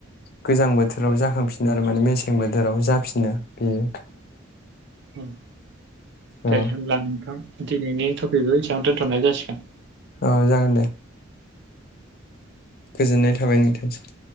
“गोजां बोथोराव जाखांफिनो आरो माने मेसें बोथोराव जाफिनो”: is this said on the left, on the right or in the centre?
Left